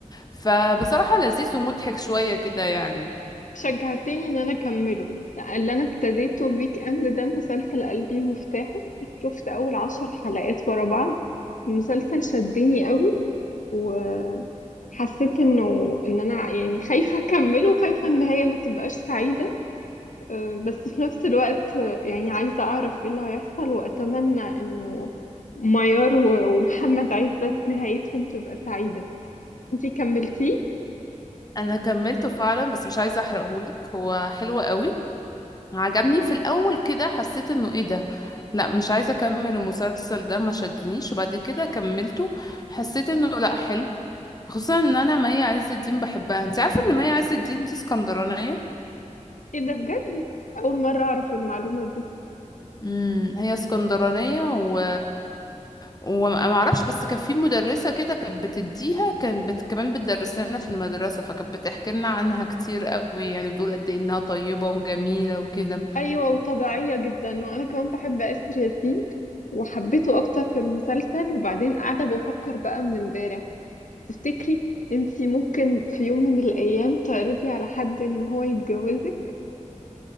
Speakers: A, on the left; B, on the left.
A: فبصراحة لذيذ ومضحك شوية كده يعني
B: شجعتيني إن أنا أكمله لا اللي أنا ابتديته الويك اند ده مسلسل قلبي مفتاحه شفت أول عشر حلقات ورا بعض المسلسل شدني قوي وحسيت انه ان انا يعني خايفة اكمله وخايفة ان هي ما تبقاش سعيدة أه، بس في نفس الوقت أه، يعني عايزة اعرف ايه اللي هيحصل واتمنى انه ميار و- ومحمد عزت نهايتهم تبقى سعيدة انتي كملتيه
A: أنا كملته فعلا بس مش عايزة أحرقهولك هو حلو قوي عجبني في الاول كده حسيت انه ايه ده لا مش عايزه اكمل المسلسل ده ما شدنيش وبعد كده كملته حسيت انه لا حلو خصوصا ان انا مي عز الدين بحبها انت عارفه ان مي عز الدين دي اسكندرانيه
B: ايه ده بجد اول مرة اعرف المعلومة دي
A: امم هي اسكندرانيه و وما ما اعرفش بس كان في مدرسه كده كانت بتديها كانت بت... كمان بتدرس لنا في المدرسه فكانت بتحكي لنا عنها كتير قوي يعني بتقول قد ايه انها طيبه وجميله وكده
B: ايوه وطبيعية جدا وانا كمان بحب اسر ياسين وحبيته اكتر في المسلسل وبعدين قاعدة بفكر بقى من امبارح تفتكري انتي ممكن في يوم من الايام تعرضي على حد ان هو يتجوزك